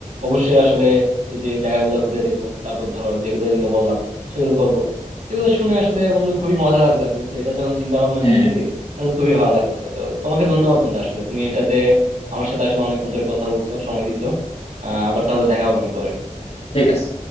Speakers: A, on the right; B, on the left.
A: অবশ্যই আসলে এই যে এই জায়গাগুলো ঘুরে দেখবো তারপর ধরো যেগুলো যেগুলো বললাম সেগুলো করব এগুলো শুনে আসলে বন্ধু খুবই মজা লাগলো আর কি বুঝছো এটা যখন চিন্তা ভাবনা
B: হ্যাঁ
A: করতেছি আসলে খুবই ভালো লাগতেছে তো তোমাকে ধন্যবাদ বন্ধু আসলে তুমি এটাতে আমার সাথে আসলে অনেকক্ষণ ধরে কথা বলছো সময় দিছো আহ আবার তাহলে দেখা হবে না পরে
B: ঠিক আছে